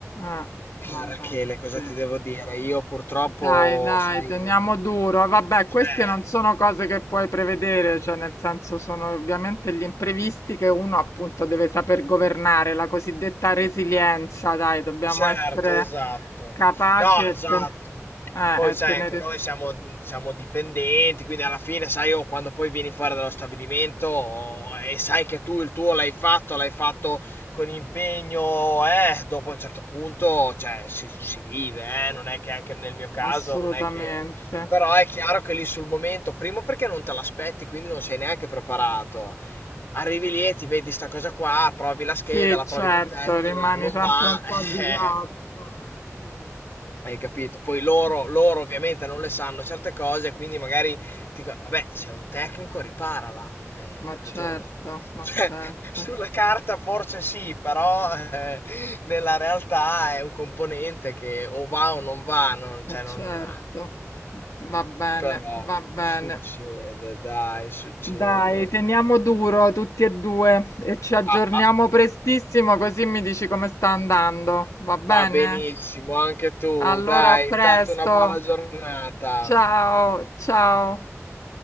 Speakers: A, on the left; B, on the left.
A: Eh, vabbè,
B: Eh, Rachele, cosa
A: sì.
B: ti devo dire? Io purtroppo,
A: Dai, dai,
B: sai,
A: teniamo duro. Vabbè,
B: certo,
A: queste non sono cose che puoi prevedere, cioè nel senso sono ovviamente gli imprevisti che uno appunto deve saper governare, la cosiddetta resilienza, dai, dobbiamo
B: Certo,
A: essere
B: esatto.
A: capaci
B: No,
A: e
B: esatto.
A: ten- eh,
B: Poi
A: e
B: sai,
A: tenere...
B: anche noi siamo, siamo dipendenti, quindi alla fine, sai, io quando poi vieni fuori dallo stabilimento oh, e sai che tu il tuo l'hai fatto, l'hai fatto con impegno, eh, dopo un certo punto, cioè, si, si vive, eh, non è che anche nel mio caso,
A: Assolutamente.
B: non è che... Però è chiaro che lì sul momento, primo perché non te l'aspetti, quindi non sei neanche preparato. Arrivi lì e ti vedi sta cosa qua, provi la scheda,
A: Sì,
B: la
A: certo,
B: provi con tester,
A: rimane
B: non
A: sempre
B: va.
A: un po'
B: <laughs>
A: di ghiaccio. Eh, sì, sì.
B: Hai capito? Poi loro, loro ovviamente non le sanno certe cose, quindi magari ti dico, vabbè, sei un tecnico, riparala. Eh,
A: Ma
B: hai
A: certo,
B: ragione. <laughs>
A: ma
B: Cioè,
A: certo,
B: sulla carta forse sì, però eh, nella realtà è un componente che o va o non va, non,
A: ma
B: cioè non...
A: certo. Va bene,
B: Però
A: va bene.
B: succede, dai, succede.
A: Dai, teniamo duro tutti e due e ci aggiorniamo
B: Ah, ah,
A: prestissimo così mi dici come sta andando. Va bene?
B: va benissimo, anche tu,
A: Allora,
B: dai,
A: a presto.
B: intanto una buona giornata.
A: Ciao, ciao.